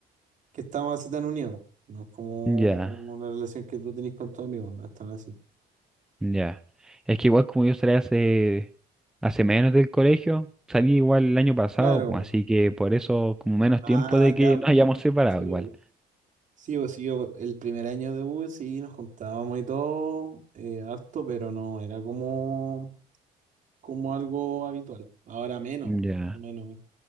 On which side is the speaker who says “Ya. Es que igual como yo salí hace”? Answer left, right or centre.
Centre